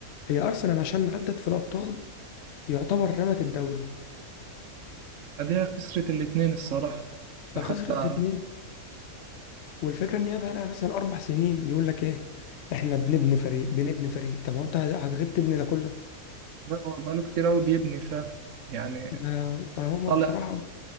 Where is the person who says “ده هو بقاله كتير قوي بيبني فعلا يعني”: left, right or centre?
Right